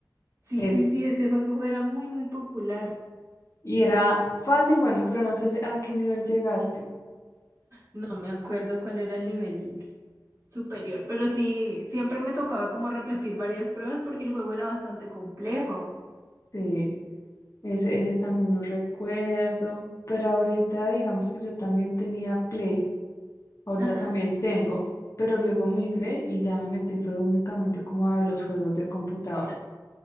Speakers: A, on the right (about 45°); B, on the left (about 45°).
A: Sí,
B: ese.
A: sí, sí, ese juego era muy, muy popular.
B: Y era fácil, bueno, pero no sé si- a qué nivel llegaste.
A: No me acuerdo cuál era el nivel superior, pero sí, siempre me tocaba como repetir varias pruebas porque el juego era bastante complejo.
B: Sí. Ese, ese también lo recuerdo, pero ahorita digamos que yo también tenía Play, ahorita
A: Ajá.
B: también tengo, pero luego migré y ya me metí fue únicamente como a los juegos de computador.